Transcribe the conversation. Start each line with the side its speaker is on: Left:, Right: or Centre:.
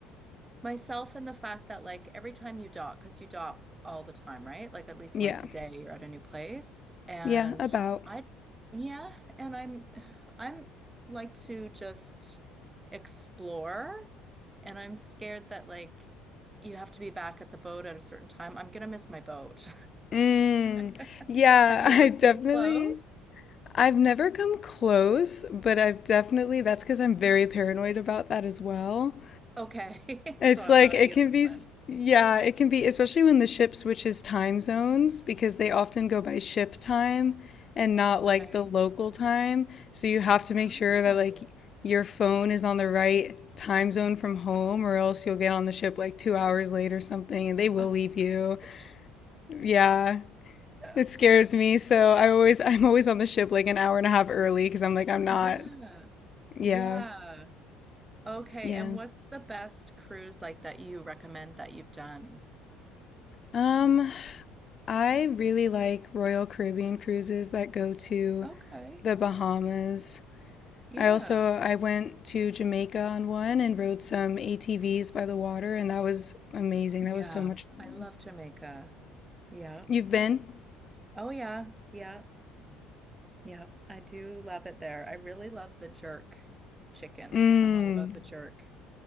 Right: Myself and the fact that like every time you dock, because you dock all the time, right? Like at least
Left: Yeah.
Right: once a day you're at a new place. And
Left: Yeah, about.
Right: I, yeah, and I'm I'm like to just explore and I'm scared that like you have to be back at the boat at a certain time. I'm gonna miss my boat.
Left: Mm.
Right: <laughs>
Left: Yeah,
Right: Have you
Left: <laughs> I've
Right: ever came
Left: definitely
Right: close?
Left: I've never come close, but I've definitely that's because I'm very paranoid about that as well.
Right: Okay.
Left: It's
Right: <laughs> So I'm
Left: like
Right: not
Left: it
Right: the
Left: can
Right: only
Left: be
Right: one.
Left: yeah, it can be especially when the ship switches time zones because they often go by ship time and not
Right: Okay.
Left: like the local time. So you have to
Right: Oh.
Left: make sure that like your phone is on the right time zone from home or else you'll get on the ship like 2 hours late or something and they will
Right: Oh my
Left: leave you.
Right: gosh.
Left: Yeah.
Right: <laughs>
Left: It scares me, so I always I'm always on the ship like an hour and a half early because I'm like I'm not.
Right: Yeah.
Left: Yeah.
Right: Yeah. Okay,
Left: Yeah.
Right: and what's the best cruise like that you recommend that you've done?
Left: Um, I really like Royal Caribbean cruises that go to
Right: Okay.
Left: the Bahamas.
Right: Yeah.
Left: I also I went to Jamaica on one and rode some ATVs by the water, and that was amazing.
Right: Yeah.
Left: That was so much fun.
Right: I love Jamaica. Yeah.
Left: You've been?
Right: Oh yeah. Yeah. Yeah. I do love it there. I really love the jerk chicken.
Left: Mmm.
Right: I'm all about the jerk. <laughs>